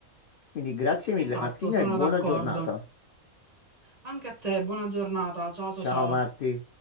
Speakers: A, on the left; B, on the right.
A: Quindi grazie mille
B: Esatto,
A: Martina
B: sono
A: e buona
B: d'accordo.
A: giornata.
B: Anche a te, buona giornata. Ciao, ciao,
A: Ciao
B: ciao.
A: Marti.